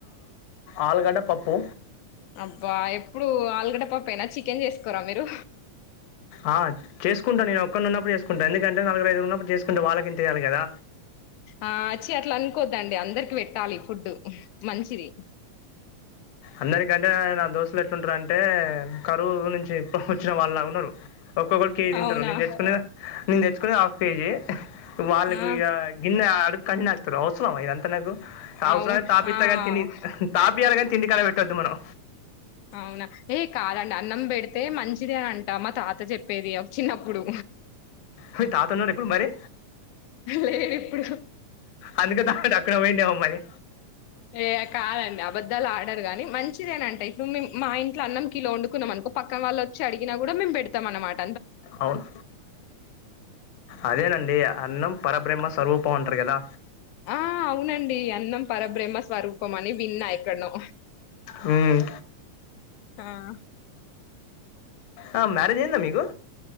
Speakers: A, on the left (about 60°); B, on the left (about 90°).
A: ఆలుగడ్డ పప్పు
B: అబ్బా ఎప్పుడు ఆలుగడ్డ పప్పేనా చికెన్ చేసుకోరా మీరు
A: ఆ చేసుకుంటా నేను ఒకోన్నప్పుడు చేసుకుంట ఎందుకంటే నాలుగురు ఐదుగురు ఉన్నప్పుడు చేసుకుంటే వాళ్ళకింతేయాలి. కదా
B: ఆ వచ్చి అట్లా అనుకోద్దండి. అందరికి పెట్టాలి. ఫుడ్డు మంచిది.
A: అందరి కంటే నా దోస్త్ అసలు ఎట్లుంటారు. అంటే కరువు ఊరు నుంచి కొట్టుకొచ్చిన వాళ్ళలాగా ఉన్నారు. ఒక్కొక్కరు కేజి తింటారు.
B: అవునా
A: నేను తెచ్చుకునే నేను తెచ్చుకునే హాఫ్ కేజీ వాళ్ళకు
B: ఆ
A: ఇగా గిన్నె అడు <unintelligible> అవసరమా ఇదంత నాకు అవసరమయితే
B: అవును
A: తాపితా
B: ఆ
A: గాని, తిని తాపియను గాని తిండి కాడ పెట్టొద్దు మనం.
B: అవునా ఏ కాదండి. అన్నం పెడితే మంచిది అని అంట మా తాత చెప్పేది. చిన్నప్పుడు
A: మీ తాత ఉన్నాడు. ఇప్పుడు మరి
B: లేదు ఇప్పుడు
A: అందుకే తాత అక్కడ పోయిండేవమో మరి
B: ఏ కాదండి. అబధాలు ఆడరు కాగాని మంచిదేనా అంటే ఇప్పుడు మేము మా ఇంట్లో అన్నం కిలో వండుకున్నాం. అనుకో పక్క వాళ్ళు వచ్చి అడిగిన కూడా మేము పెడతాం. అనమాట
A: అవును అదేనండి. అన్నం పరబ్రహ్మ సరూప పోంటారు కదా
B: ఆ అవునండి అన్నం పరబ్రహ్మ స్వరూపం అని విన్నా ఎక్కడనో
A: హ్మ్
B: ఆ
A: ఆ మ్యారేజ్ అయ్యిందా మీకు